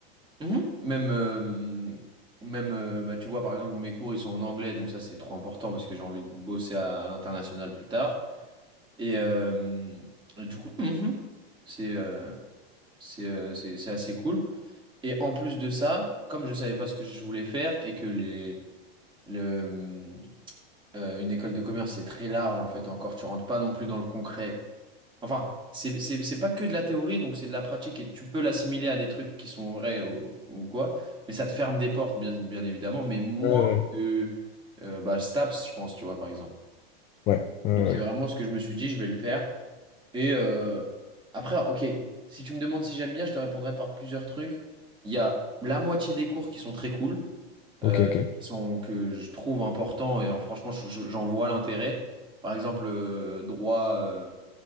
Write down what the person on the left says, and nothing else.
Ouais, ouais,
ouais, ouais,
ouais.
ouais.
Ok,
ok,